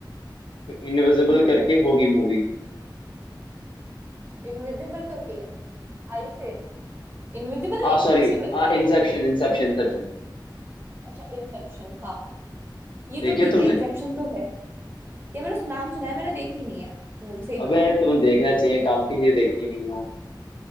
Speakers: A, on the left; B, on the right.
A: तो इनविजिबल करके होगी मूवी
B: इनविजिबल करके आई से Invisible
A: आ
B: invincible
A: सॉरी आ इंसेप्शन इंसेप्शन इंसेप्शन
B: अच्छा इंसेप्शन हाँ ये
A: देखिए
B: तो ठीक
A: तुमने
B: है इंसेप्शन तो है ये मैंने सु- नाम सुना है मैंने देखी नहीं है मूवी सही बताऊं
A: अबे तुम्हें देखना चाहिए काम की चीज देखती नहीं हो